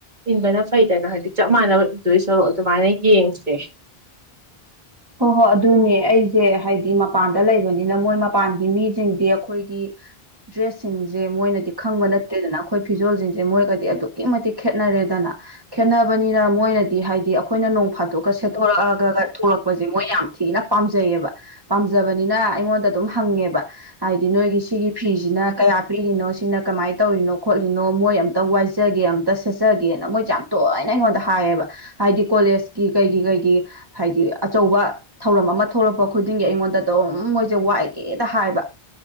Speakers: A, on the right; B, on the right.
A: ꯏꯟꯕꯅ ꯐꯩꯗꯅ ꯍꯥꯏꯗꯤ ꯆꯞ ꯃꯥꯟꯅꯕ ꯏꯟꯗꯣꯏꯁꯔ ꯑꯗꯨꯃꯥꯏꯅ ꯌꯦꯡꯁꯦ
B: ꯍꯣꯏ ꯍꯣꯏ ꯑꯗꯨꯅꯦ ꯑꯩꯁꯦ ꯍꯥꯏꯗꯤ ꯃꯄꯥꯟꯗ ꯂꯩꯕꯅꯤꯅ ꯃꯣꯏ ꯃꯄꯥꯟꯒꯤ ꯃꯤꯁꯤꯡꯗꯤ ꯑꯩꯈꯣꯏꯒꯤ ꯗ꯭ꯔꯦꯁꯁꯤꯡꯁꯦ ꯁꯦ ꯃꯣꯏꯅꯗꯤ ꯈꯪꯕ ꯅꯠꯇꯦꯗꯅ ꯑꯩꯈꯣꯏ ꯐꯤꯖꯣꯜꯁꯤꯡꯁꯦ ꯃꯣꯏꯒꯗꯤ ꯑꯗꯨꯛꯀꯤ ꯃꯇꯤꯛ ꯈꯦꯠꯅꯔꯦꯗꯅ ꯈꯦꯠꯅꯕꯅꯤꯅ ꯃꯣꯏꯅꯗꯤ ꯍꯥꯏꯗꯤ ꯑꯩꯈꯣꯏꯅ ꯅꯣꯡ ꯐꯥ ꯑꯗꯨꯒꯦꯊꯣꯔꯛꯑꯒ ꯊꯣꯛꯛ ꯌꯥꯝ ꯊꯤꯅ ꯄꯥꯝꯖꯩꯌꯦꯕ ꯄꯥꯝꯖꯕꯅꯤꯅ ꯑꯩꯉꯣꯟꯗ ꯑꯗꯨꯝ ꯍꯪꯉꯦꯕ ꯍꯥꯏꯗꯤ ꯅꯣꯏꯒꯤ ꯁꯤꯒꯤ ꯐꯤꯁꯤꯅ ꯀꯌꯥ ꯄꯤꯔꯤꯅꯣ ꯁꯤꯅ ꯀꯃꯥꯏꯅ ꯇꯧꯔꯤꯅꯣ ꯈꯣꯠꯂꯤꯅꯣ ꯃꯣꯏ ꯑꯃꯝꯇ ꯋꯥꯏꯖꯒꯦ ꯑꯃꯝꯇ ꯁꯦꯠꯆꯒꯦꯅ ꯃꯣꯏꯁꯦ ꯌꯥꯝ ꯇꯣꯏꯅ ꯑꯩꯉꯣꯟꯗ ꯍꯥꯏꯌꯦꯕ ꯍꯥꯏꯗꯤ ꯀꯣꯂꯦꯖꯀꯤ ꯀꯩꯒꯤ ꯀꯩꯒꯤ ꯍꯥꯏꯗꯤ ꯑꯆꯧꯕ ꯊꯧꯔꯝ ꯑꯃ ꯊꯣꯛꯂꯛꯄ ꯈꯨꯗꯤꯡꯒꯤ ꯑꯩꯉꯣꯟꯗ ꯑꯗꯨꯝ ꯃꯣꯏꯁꯦ ꯋꯥꯏꯒꯦꯗ ꯍꯥꯏꯕ